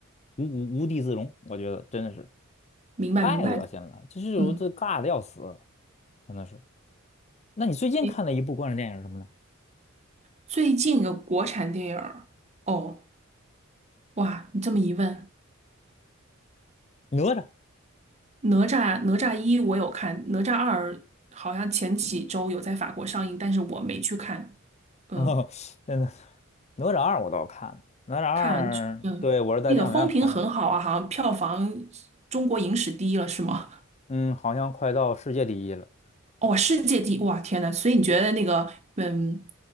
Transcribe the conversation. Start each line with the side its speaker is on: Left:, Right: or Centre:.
Left: 无无无地自容，我觉得真的是
Right: 明白明白。
Left: 太恶心了，就是我这尬的要死，
Right: 嗯，
Left: 真的是。那你最近看的一部关于电影是什么呢？
Right: 诶最近的国产电影儿，哦，哇，你这么一问，
Left: 哪吒。
Right: 哪吒哪吒一我有看，哪吒二好像前几周有在法国上映，但是我没去看。
Left: <laughs>
Right: 嗯，
Left: 哦，真的，哪吒二我倒是看了，哪吒二，
Right: 看完嗯，
Left: 对，我是在电影院看的，
Right: 那个风评很好啊，好像票房中国影史第一了，是吗？
Left: 嗯，好像快到世界第一了，
Right: 哦，世界第一，哇，天呐，所以你觉得那个，嗯，